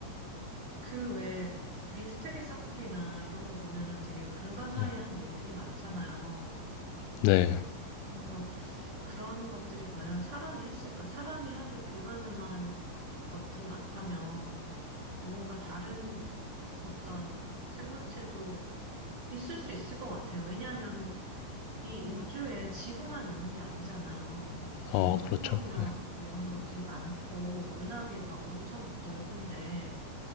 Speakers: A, on the right; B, on the left.
A: 그 외에 미스테리 서클이나 이런 거 보면은 되게 불가사의한
B: 네.
A: 일들이 많잖아요.
B: 네.
A: 그래서 그런 것들이 과연 사람이 했을까? 사람이 하기 불가능한 것들이 많다면 누군가 다른 어떤 생물체도 있을 수 있을 것 같아요. 왜냐하면은 이 우주에 지구만 있는 게 아니잖아요. 뭐
B: 어,
A: 행성이나
B: 그렇죠. 네.
A: 뭐 이런 것들이 많고 은하계가 엄청 넓은데